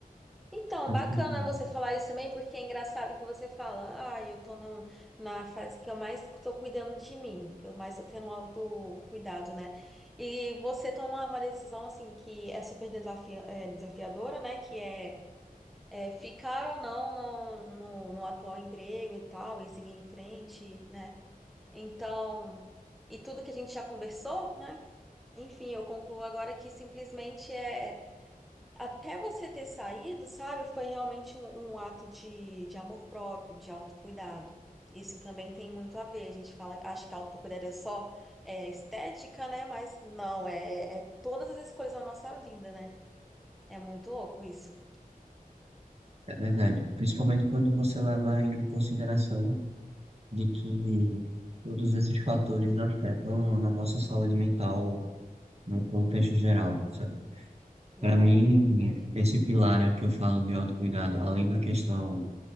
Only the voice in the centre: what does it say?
Então,
bacana
você falar isso também, porque é engraçado que você fala, ah, eu tô num- na fase que eu mais tô cuidando de mim, que eu mais tô tendo um autocuidado, né? E você tomar uma decisão, assim, que é super desafia, é, desafiadora, né? Que é é, ficar ou não no, no, no atual emprego e tal, e seguir em frente, né? Então, e tudo que a gente já conversou, né? Enfim, eu concluo agora que simplesmente é. Até você ter saído, sabe? Foi realmente um, um ato de, de amor próprio, de autocuidado. Isso também tem muito a ver. A gente fala, acha que autocuidado é só é, estética, né? Mas não, é, é todas as escolhas da nossa vida, né? É muito louco isso.
Verdade,
verdade.